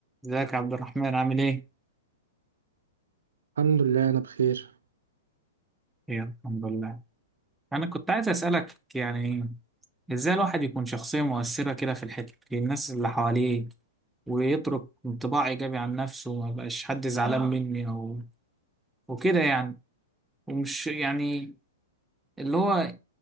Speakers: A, in the centre; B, on the right.
A: ازيك يا عبد الرحمن عامل ايه؟
B: الحمد لله انا بخير
A: ايه الحمد لله انا كنت عايز اسالك يعني ازاي الواحد يكون شخصيه مؤثره كده في الحته في الناس اللي حواليه ويترك انطباع ايجابي عن نفسه وما يبقاش حد زعلان مني او وكده يعني ومش يعني اللي هو